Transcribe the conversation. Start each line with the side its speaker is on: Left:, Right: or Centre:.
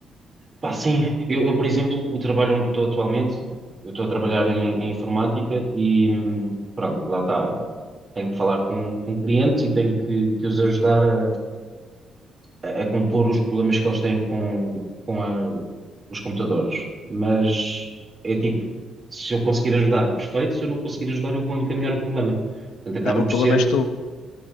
Right: pá, sim, eu, eu, por exemplo, o trabalho onde estou atualmente, eu estou a trabalhar em, em informática e hum, pronto, lá está. tenho que falar com, com clientes e tenho que, que os ajudar a, a compor os problemas que eles têm com, com a- os computadores. Mas é tipo, se eu conseguir ajudar, perfeito, se eu não conseguir ajudar, eu vou encaminhar o problema. Portanto, acaba
Left: Eh,
Right: por
Left: O problema
Right: ser,
Left: és tu.